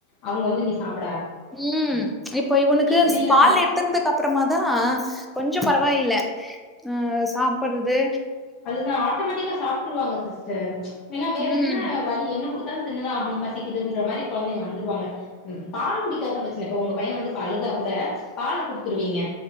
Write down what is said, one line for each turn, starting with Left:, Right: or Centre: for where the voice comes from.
Left: அவங்க வந்து நீ சாப்
Centre: ம் இப்ப இவனுக்குஸ்
Left: திரியிறாங்க
Centre: பால் நிருத்துனதுக்கு அப்புறமாதா கொஞ் கொஞ்சோ பரவாயில்ல ஆ சாப்புடுறது
Left: அதுதா ஆட்டோமேட்டிக்கா சாப்புட்டுருவாங்க சிஸ் சேர் என்ன வேற
Centre: ம்
Left: என்ன வழி என்ன குடுத்தாலு தின்னுதா ஆகணும் பசிக்குதுன்ற மாரி கொழந்தைங்க வந்துருவாங்க பால் குடிக்காதா வெச்சுனு இப்ப உங்க பைய வந்து அழுதா கூட பால குடுத்துருவீங்க